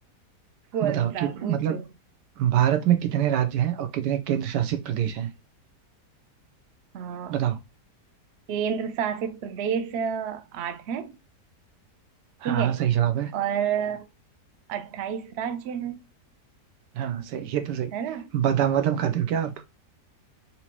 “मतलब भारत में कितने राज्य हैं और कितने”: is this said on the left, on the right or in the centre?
Right